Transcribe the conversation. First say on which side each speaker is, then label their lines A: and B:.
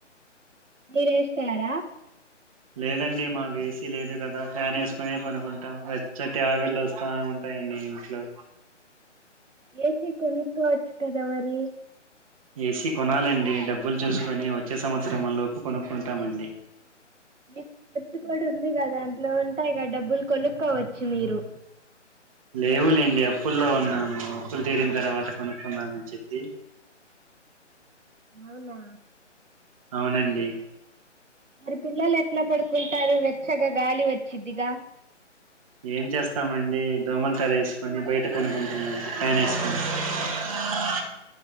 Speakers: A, on the right; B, on the right.
A: మీరేస్తర
B: లేదండి మాకు ఏసీ లేదు కదా ఫ్యాన్ వేసుకునే పనుకుంటాం వెచ్చ టి ఆవిర్లు వస్తా ఉంటాయి టయండి ఇంట్లో
A: ఏసీ కొనుకోవచ్చు కదా మరి
B: ఏసి కొనాలండి డబ్బులు చూసుకొని వచ్చే సంవత్సరం లోపు కొనుక్కుంటామండి
A: మిక్ రిచ్ కూడా ఉంది కదా దంట్లో ఉంటాయి కదా డబ్బులు కొనుక్కోవచ్చు మీరు
B: లేవులేండి అప్పుల్లో ఉన్నాము అప్పులు తీరిన తర్వాత కొనుక్కున్నామని చెప్పి
A: అవునా
B: అవునండి
A: మరి పిల్లలు ఎట్లా పడుకుంటారు వెచ్చగా గాలి వచ్చిద్దిగా
B: ఏం చేస్తామండి దోమలు తెర ఎసుకొని బయట కొనుకుంటున్నా ఫ్యాన్ ఎసుకొని ఆ